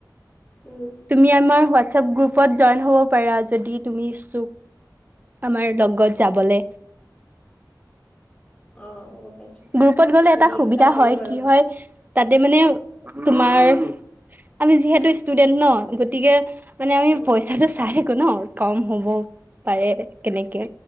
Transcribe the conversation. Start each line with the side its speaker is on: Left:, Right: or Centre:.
Left: উম,
Right: তুমি আমাৰ হোৱা হোৱাটসেপ গ্ৰুপত জইন হ'ব পাৰা যদি তুমি ইচ্ছুক আমাৰ লগত যাবলে।
Left: অ', গম পাইছোঁ
Right: গ্ৰুপত গ'লে
Left: যদি
Right: এটা সুবিধা
Left: ইচ্ছা কৰোঁ
Right: হয়
Left: আৰু
Right: কি হয় তাতে মানে তোমাৰ আমি যিহেতু ষ্টুডেন্ট ন গতিকে মানে আমি
Left: অ',
Right: পইচাটো চাই থাকো ন কম হ'ব পাৰে কেনেকে